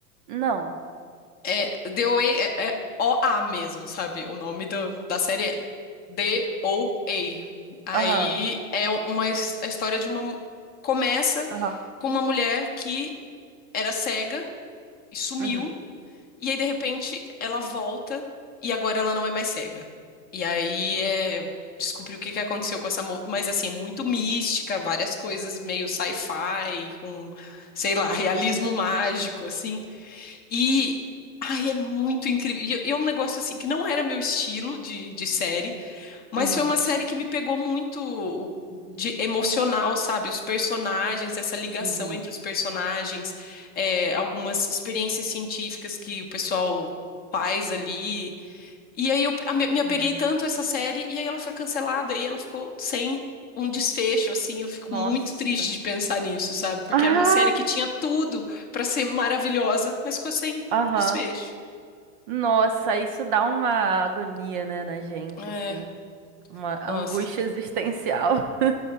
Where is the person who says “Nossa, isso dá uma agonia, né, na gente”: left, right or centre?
Right